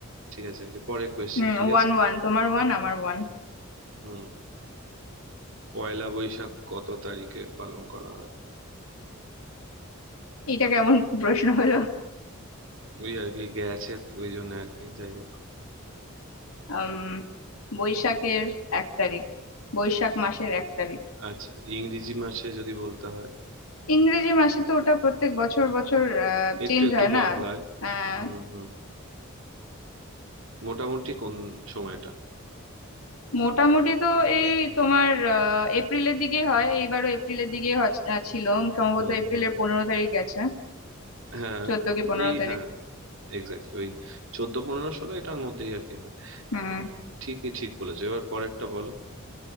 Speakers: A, on the right; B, on the left.
A: ঠিক আছে এরপরে কোয়েশ্চেন
B: হুম
A: ঠিক
B: ওয়ান
A: আছে
B: ওয়ান তোমার ওয়ান আমার ওয়ান
A: হুম পয়লা বৈশাখ কত তারিখে পালন করা হয়
B: এটা কেমন প্রশ্ন হলো
A: ওই আর কি গেছে ওই জন্য আর কি যাই হোক
B: আম, বৈশাখের এক তারিখ বৈশাখ মাসের এক তারিখ
A: আচ্ছা ইংরেজি মাসে যদি বলতে হয়
B: ইংরেজি মাসে তো ওটা প্রত্যেক বছর বছর
A: একটু
B: চেঞ্জ
A: একটু
B: হয় না
A: বদলায়
B: আহ,
A: হুম হুম মোটামুটি কোন সময়টা
B: মোটামুটি তো এই তোমার আহ, এপ্রিলের দিকেই হয় এইবারও এপ্রিলের দিকেই হচ- আহ, ছিল সম্ভবত
A: হুম
B: এপ্রিলের
A: হুম
B: পনেরো তারিখ গেছে
A: হ্যাঁ
B: চোদ্দ কি পনেরো
A: ওই
B: তারিখ
A: হ্যাঁ এক্স্যাক্টলি ওই চোদ্দ পনেরো ষোলো এটার মধ্যেই আর কি হয়
B: হুম
A: হ্যাঁ ঠিকই ঠিক বলেছো এবার পরেরটা বলো